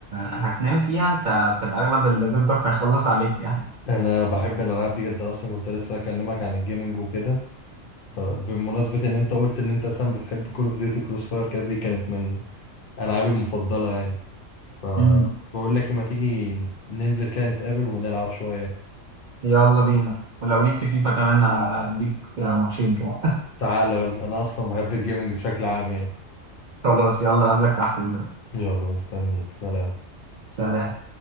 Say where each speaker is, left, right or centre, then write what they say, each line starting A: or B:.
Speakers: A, on the right; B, on the left.
A: هتنام فيها انت في الاغلب اللي ضدك هيخلص عليك يعني
B: انا بحب الالعاب دي جدا اصلا كنت لسه اكلمك عن الجيمنج وكده فبمناسبة ان انت قلت ان انت اصلا بتحب كول اوف ديوتي وكروس فاير كده دي كانت من ألعابي المفضلة يعني فبقول
A: مم.
B: لك إيه، ما تيجي ننزل كده نتقابل ونلعب شوية
A: يلا بينا ولو ليك في فيفا كمان هديك ماتشين كده
B: تعالى يلا أنا أصلا بحب الجيمنج بشكل عام يعني
A: <laughs> خلاص يلا قبلك تحت دلوقتي
B: يلا مستنيك سلام
A: سلام